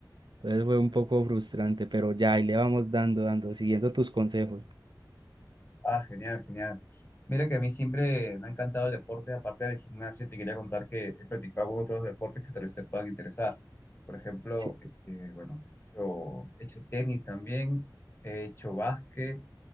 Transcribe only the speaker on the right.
Entonces fue un poco frustrante, pero ya ahí le vamos dando, dando, siguiendo tus consejos.
Sí.